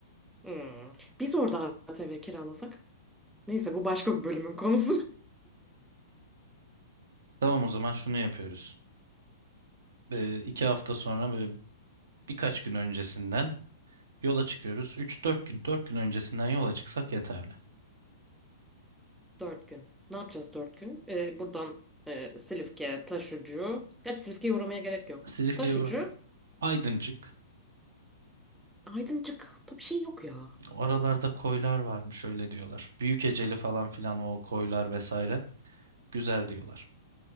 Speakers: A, in the centre; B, on the right.
A: Hmm. Biz orada ATV kiralasak. Neyse bu başka bir bölümün konusu.
B: Tamam o zaman şunu yapıyoruz. Ee, iki hafta sonra böyle birkaç gün öncesinden yola çıkıyoruz. Üç dört gün, dört gün öncesinden yola çıksak yeterli.
A: Dört gün. Ne yapacağız dört gün? Ee, buradan e, Silifke, Taşucu. Gerçi Silifke'ye uğramaya gerek yok.
B: Silifke
A: Taşucu,
B: Aydıncık.
A: Aydıncık'ta bir şey yok ya.
B: Oralarda koylar varmış öyle diyorlar. Büyükeceli falan filan o koylar vesaire. Güzel diyorlar.